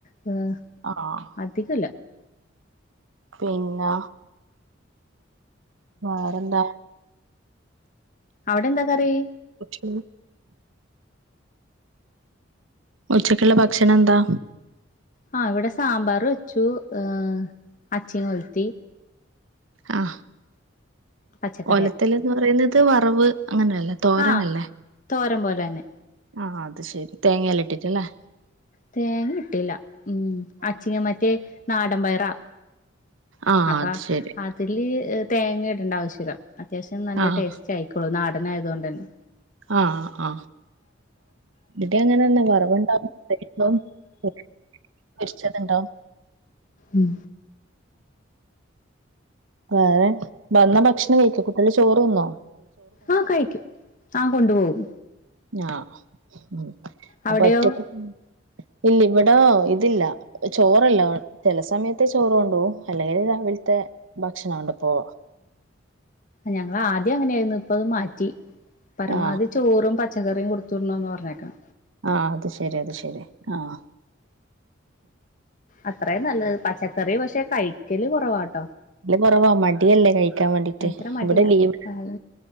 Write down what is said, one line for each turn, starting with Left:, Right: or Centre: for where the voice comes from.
Left: <unintelligible>
Right: ആഹ്
Left: അധികല്ല
Right: പിന്ന വറെന്താ
Left: അവടെ എന്താ കറി
Right: ഉ ഉച്ചക്ള്ള ഭക്ഷണം എന്താ
Left: ആ ഇവിടെ സാമ്പാർ വെച്ചു ഏ അച്ചി കൊലുത്തി
Right: ആ
Left: പച്ചക്കറിയാ
Right: ഓലത്തൽന്ന് പറയുന്നത് വറവ് അങ്ങനെയല്ലേ തോരനല്ലേ
Left: ആ തോരൻ പോലെ തന്നെ
Right: ആ അത് ശെരി തേങ്ങല്ല ഇട്ടിട്ടല്ലേ
Left: തേങ്ങ കിട്ടില്ല ഉം അച്ചങ്ങ മറ്റേ നാടൻമ്പയറാ
Right: ആഹ്
Left: അപ്പ
Right: അത് ശരി
Left: അതില് തേങ്ങ ഇടണ്ട ആവശ്യല്ലം അത്യാശ്യം നല്ല
Right: ആഹ്
Left: ടേസ്റ്റ് ആയിക്കുള്ളൂ നാ ട്ട ആയത കൊണ്ട് തന്നെ
Right: ആ ആ ഇവി ടെ അങ്ങനെന്ന വറവുണ്ടാവും പൊരി ച്ചതുണ്ടാവും
Left: ഉം
Right: വേറെ വന്ന ഭക്ഷണം കഴിക്കോ കുട്ടികള് ചോറ് ന്നോ
Left: ആ കഴിക്കും ആ കൊണ്ടുപോകും
Right: ഞാ ഉം അപ്പൊ
Left: അവിടെയോ
Right: ഒറ്റക്ക ഇല്ല ഇവിട ഇതില്ല ചോറല്ല ചില സമയത്തെ ചോറ കൊണ്ട അല്ലെങ്കിൽ രാവിലത്തെ ഭക്ഷണ ഉണ്ട ഓ...
Left: ഞങ്ങ ആദ്യം അങ്ങനെയായിരുന്നു ഇപ്പ ത് മാറ്റി. പരമാവധി
Right: ആഹ്
Left: ചോറും പച്ച ചെക്കറിയ കൊടുത്തിരണോന്ന് പറഞ്ഞേക്കാം
Right: ആഹ അത് ശെരി അത് ശരി ആഹ
Left: അത്രേ നല്ല പാച്ചചക്കറി പക്ഷെ.. കഴിക്കല് കുറവാട്ടോ.
Right: നല്ല കുറവാ മടിയല്ലേ കഴിക്കാൻ വേണ്ടിട്ട്
Left: ഭയങ്കര മടിയാ
Right: ഇവിടെ ലീവ്
Left: ആഹ്